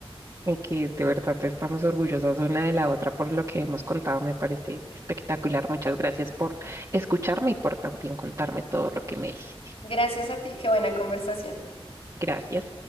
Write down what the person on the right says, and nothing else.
Y que de verdad estamos orgullosas una de la otra por lo que hemos contado. Me parece espectacular. Muchas gracias por escucharme y por también contarme todo lo que me dijiste.
Gracias.